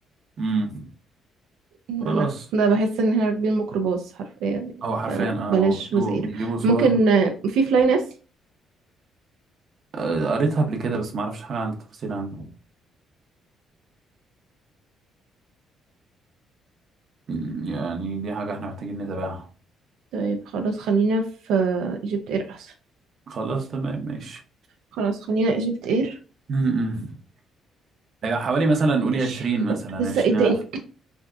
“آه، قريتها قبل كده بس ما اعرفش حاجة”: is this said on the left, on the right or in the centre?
Right